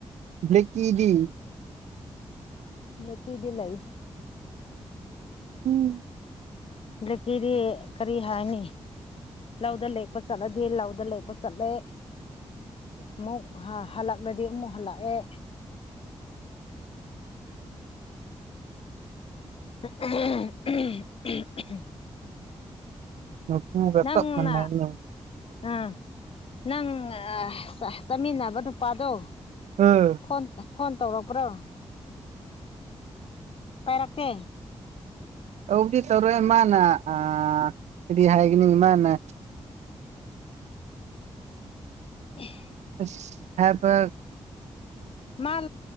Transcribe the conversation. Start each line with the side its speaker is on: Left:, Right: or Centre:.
Right: ꯕ꯭ꯂꯀꯤꯗꯤ
Left: ꯅꯠꯇꯤꯗꯤ ꯂꯩ
Right: ꯎꯝ
Left: ꯒ꯭ꯔꯤꯇꯤꯗꯤ ꯀꯔꯤ ꯍꯥꯏꯅꯤ ꯂꯧꯗ ꯂꯦꯛꯄ ꯆꯠꯂꯗꯤ ꯂꯧꯗ ꯂꯦꯛꯄ ꯆꯠꯂꯦ ꯑꯃꯨꯛ ꯍꯜꯂꯛꯂꯗꯤ ꯑꯃꯨꯛ ꯍꯜꯂꯛꯑꯦ <unintelligible>
Right: <unintelligible>
Left: ꯅꯪꯅ ꯑꯥ ꯅꯪ ꯑꯥ ꯆꯠꯃꯤꯟꯅꯕ ꯅꯨꯄꯥꯗꯣ
Right: <unintelligible>
Left: ꯐꯣꯟ ꯐꯣꯟ ꯇꯧꯔꯛꯄ꯭ꯔꯣ ꯄꯥꯏꯔꯛꯇꯦ
Right: ꯇꯧꯗꯤ ꯇꯧꯔꯣꯏ ꯃꯥꯅ ꯑ ꯀꯔꯤ ꯍꯥꯏꯒꯅꯤ ꯃꯥꯅ
Left: <unintelligible>
Right: ꯑꯁ ꯍꯥꯏꯕ
Left: ꯃꯥ